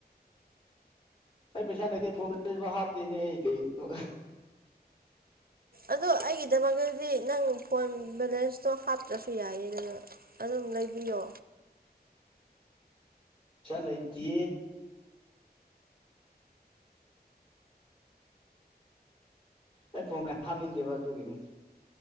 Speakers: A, on the left; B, on the right.
A: ꯑꯩ ꯄꯩꯁꯥ ꯂꯩꯇꯦ ꯊꯣꯡ ꯍꯥꯞꯇꯦꯅꯦ ꯑꯩ ꯀꯩꯅꯣ
B: ꯑꯗꯣ ꯑꯩꯒꯤꯗꯃꯛꯇꯗꯤ ꯅꯪ ꯐꯣꯟ ꯕꯦꯂꯦꯟꯁꯇꯣ ꯍꯥꯞꯇ꯭ꯔꯁꯨ ꯌꯥꯏꯌꯦꯗꯅ ꯂꯩꯕꯤꯌꯣ
A: ꯎ ꯆꯂ ꯑꯇꯦ ꯑꯩ ꯐꯣ ꯍꯥꯅꯤꯡꯗꯦꯕ ꯑꯗꯨꯒꯤꯅꯤ